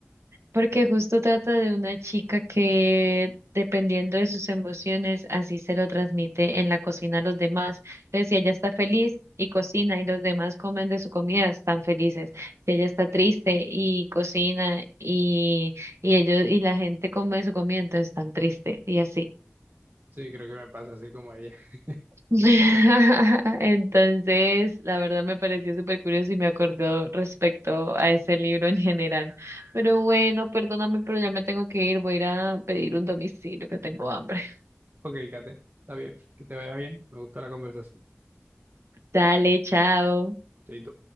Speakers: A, on the right; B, on the right.
A: Porque justo trata de una chica que, dependiendo de sus emociones, así se lo transmite en la cocina a los demás. Entonces, si ella está feliz y cocina y los demás comen de su comida, están felices. Si ella está triste y cocina y, y ellos y la gente come de su comida, entonces están tristes y así.
B: Sí, creo que me pasa así como a ella. <laughs>
A: <laughs> Entonces, la verdad me pareció súper curioso y me acordó respecto a ese libro en general. Pero bueno, perdóname, pero ya me tengo que ir. Voy a ir a pedir un domicilio que tengo hambre.
B: Ok, Kate, está bien, que te vaya bien, me gustó la conversación.
A: Dale, chao.
B: Chaito.